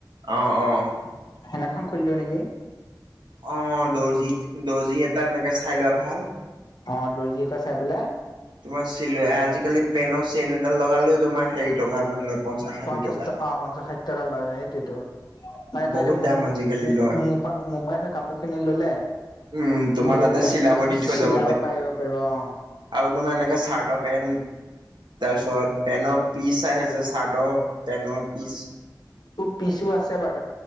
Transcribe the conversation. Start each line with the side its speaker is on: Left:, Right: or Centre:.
Right: অ', অ'।
Left: হেনেকুৱা এখন খুলিলোঁ নেকি!
Right: অ', দৰ্জিত দৰ্জি এটা এনেকে চাই লোৱা ভাল।
Left: অ', দৰ্জি এটা চাই পেলাই।
Right: তোমাৰ চিল আজিকালি পেনৰ চেইন এডাল লগালেও তোমাৰ হেৰি টকা মান ষাঠি
Left: পঞ্চাশ
Right: টকা
Left: অ' পঞ্চাশ ষাঠি টকা লৈ সেইটোৱেতো। মানে তই
Right: বহুত
Left: এতিয়া মো-মো-মোপা
Right: দাম আজিকালি লয়
Left: মোপা এটা কাপোৰ কিনি ল'লে
Right: উম তোমাৰ
Left: লৈ
Right: তাতে
Left: পেলাই
Right: চিলাব দি থৈ
Left: চিলাব
Right: যাব
Left: পাৰিব পাৰিব অ'।
Right: আৰু তোমাৰ এনেকাে চাৰ্টৰ পেণ্ট তাৰপিছত পেন্টৰ পিচ আহে যে চাৰ্টৰ পেণ্ট পিচ।
Left: পিছু আছে বাৰ